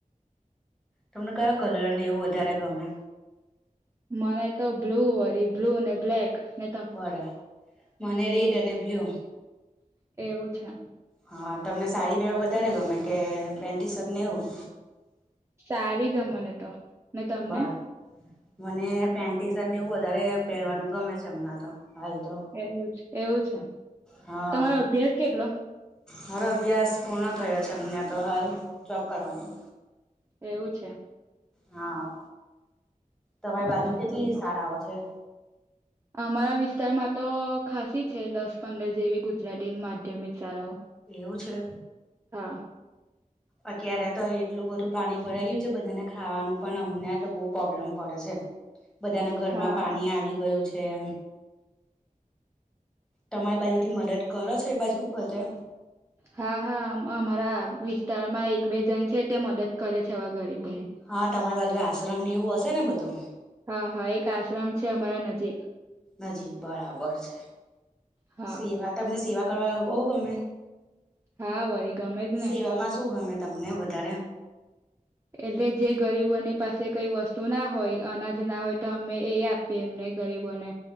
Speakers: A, in the centre; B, on the right (about 20°).
A: તમને કયો કલરને એવું વધારે ગમે
B: મને તો બ્લુ વરી બ્લુ અને બ્લેકને
A: બરા મને રેડ અને બ્લુ
B: એવું છે.
A: હા તમને સાડી પેવા વધારે ગમે કે પેન્ટી શર્ટ નેવું
B: સારી ગમને તો ને તમને
A: બર મને પેન્ટી શર્ટની એવું વધારે પહેરવાનું ગમે છે, અમણાં તો હાલ તો
B: એવું એવું છે,
A: હા
B: તમારો અભ્યાસ કેટલો
A: મારો અભ્યાસ પૂર્ણ થયો છે, અમને તો હાલ જોબ કરવાની
B: એવું છે.
A: હા. તમારી
B: બરાબર
A: બાજુ કેટલી શાળાઓ છે.
B: અમારા વિસ્તારમાં તો ખાસી છે, દસ પંદર જેવી ગુજરાતી માધ્યમિક શાળાઓ
A: એવું છે.
B: હા.
A: અત્યારે તો એટલું બધું પાણી ભરાઈ ગયું છે, બધાને ખાવાનું પણ અમને તો બો પ્રોબ્લેમ પડે છે. બધાના ઘરમાં
B: હા
A: પાણી
B: હા
A: આવી ગયું છે, એમ તમારી બાજુ થી મદદ કરો છો એ બાજુ બધે
B: હા હા અમ અમારા વિસ્તારમાં એક બે જણ છે, ત્યાં મદદ કરે છે, આવા ગરીબોની
A: હા તમારી બાજુ આશ્રમ નેવું હશે ને બધું?
B: હા હા એક આશ્રમ છે, અમારા નજીક
A: નજીક બરાબર છે,
B: હા
A: સેવા તમને સેવા કરવા બો ગમે
B: હા વરી ગમે જ
A: સેવામાં
B: ને
A: શું ગમે તમને વધારે
B: એટલે જે ગરીબોની પાસે કઈ વસ્તુ ના હોય અનાજ ના હોય તો અમે એ આ પીએ એમને ગરીબોને